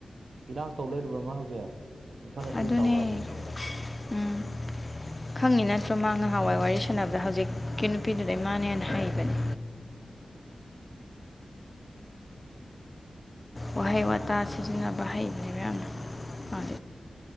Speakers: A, on the right; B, on the left.
A: ꯏꯔꯥꯡ ꯇꯧ ꯂꯩꯕꯣ ꯃꯥ ꯍꯧꯖꯤꯛ ꯏꯟꯈꯠꯂꯛꯄꯒꯤ
B: ꯑꯗꯨꯅꯦ
A: ꯆꯥꯎꯈꯠꯂꯛꯄꯒꯤ <inaudible>
B: ꯎꯝ ꯈꯪꯉꯤ ꯅꯠꯇ꯭ꯔꯣ ꯃꯥ ꯉꯍꯥꯟꯋꯥꯏ ꯋꯥꯔꯤ ꯁꯥꯟꯅꯕꯗ ꯍꯧꯖꯤꯛꯀꯤ ꯅꯨꯄꯤꯗꯨꯗ ꯏꯃꯥꯅꯦ ꯍꯦꯅ ꯍꯩꯕꯅꯤ ꯋꯥꯍꯩ ꯋꯥꯇꯥ ꯁꯤꯖꯤꯟꯅꯕ ꯍꯩꯕꯅꯦꯕ ꯌꯥꯝꯅ ꯃꯥ